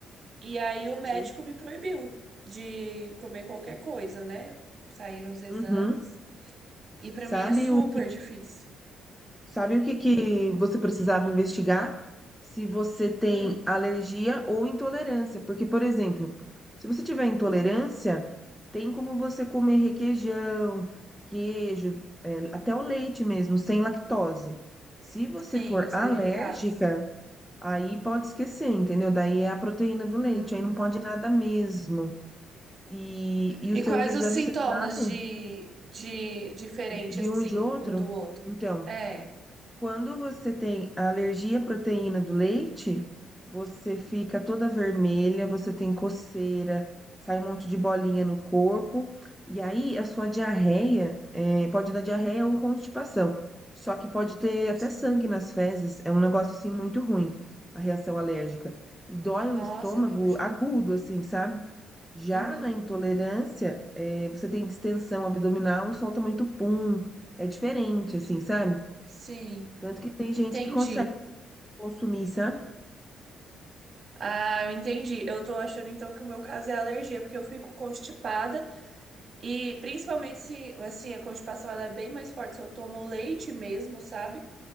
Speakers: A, on the right; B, in the centre.
A: E aí
B: Entendi.
A: o médico me proibiu de comer qualquer
B: entendi.
A: coisa, né? Saíram os exames.
B: Uhum.
A: E pra
B: Sabe
A: mim é super
B: o que,
A: difícil.
B: sabe o que que você precisava investigar? Se você tem
A: Hum,
B: alergia ou intolerância. Porque, por exemplo, se você tiver intolerância, tem como você comer requeijão, queijo, é, até o leite mesmo, sem lactose. Se você
A: sim,
B: for
A: os
B: alérgica,
A: derivados.
B: Aí pode esquecer, entendeu? Daí é a proteína do
A: Hum.
B: leite, aí não pode nada mesmo. E, e
A: E
B: os seus
A: quais
B: exames,
A: os sintomas
B: você sabe?
A: de, de diferente,
B: De
A: assim,
B: um e de outro?
A: um do outro?
B: Então.
A: É,
B: Quando você tem a alergia à proteína do leite, você fica toda vermelha, você tem coceira, sai um monte de bolinha no corpo, e aí a sua diarreia, eh, pode dar diarreia ou constipação, só que pode ter até
A: sim.
B: sangue nas fezes, é um negócio assim muito ruim, a reação alérgica. E dói
A: Nossa,
B: o estômago
A: é bem puxado.
B: agudo, assim, sabe? Já
A: Uhum,
B: na intolerância, eh, você tem distensão abdominal e solta muito pum, é diferente, assim, sabe?
A: sim,
B: Tanto que tem
A: entendi.
B: gente que consegue consumir, sabe?
A: Ah, eu entendi. Eu tô achando então que o meu caso é alergia, porque eu fico constipada e principalmente se, assim, a constipação ela é bem mais forte se eu tomo leite mesmo, sabe?